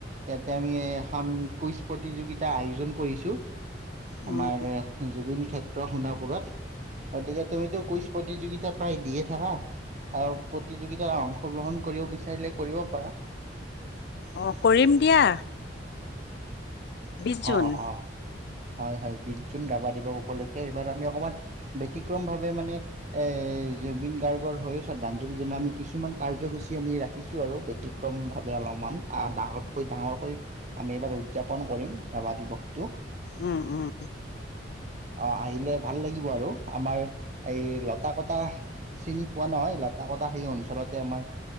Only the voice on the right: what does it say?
ইয়াতে আমি এখন কুইজ প্ৰতিযোগিতাৰ আয়োজন কৰিছো আমাৰ
জুবিন ক্ষেত্ৰ শোনা পুৰত অতিকে হয়তো কুইচ প্ৰতিযোগিতা প্ৰায় দিয়ে থাককা আৰু প্ৰতিযোগিতা অংশগ্ৰহণ কৰিব বিচাৰিলে কৰিব পাৰা
অঁ অঁ হয় হয় বিশ জুন ৰাভা দিৱস উপলক্ষে এইবাৰ আমি অকণমান ব্তিক্ৰম ভাৱে মানে এ জুবিন গাৰ্গৰ হৈ শ্ৰদ্ধাঞ্জলি জননা আমি কিছুমান কাৰ্যসূচী আমি ৰাখিছো আৰু ব্তিক্ৰম ভাৱে অলপমান আহ ডাঙতকৈ ডাঙৰকৈ আমি এইবাৰ উদযাপন কৰিম ৰভাদিবস
অ আহিলে ভাল লাগিব আৰু আমাৰ এই লতাাকটা চিনি পোৱা নহয় লতাকটা সেই অঞ্চলতে আমাৰ